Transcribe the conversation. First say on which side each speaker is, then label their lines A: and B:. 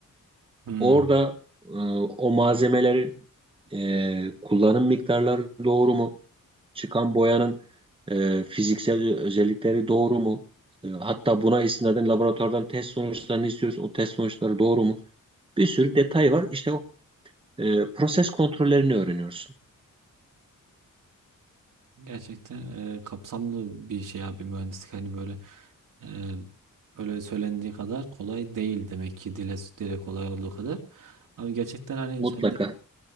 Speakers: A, on the right (about 70°); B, on the right (about 15°).
A: Hmm.
B: Orada e, o malzemelerin e, kullanım miktarları doğru mu? Çıkan boyanın e, fiziksel özellikleri doğru mu? E, hatta buna istinaden laboratuvardan test sonuçlarını istiyoruz. O test sonuçları doğru mu? Bir sürü detay var. İşte o e, proses kontrollerini öğreniyorsun.
A: Gerçekten e, kapsamlı bir şey abi mühendislik hani böyle e, böyle söylendiği kadar kolay değil demek ki dile dile kolay olduğu kadar. Abi gerçekten hani
B: Mutlaka.
A: sen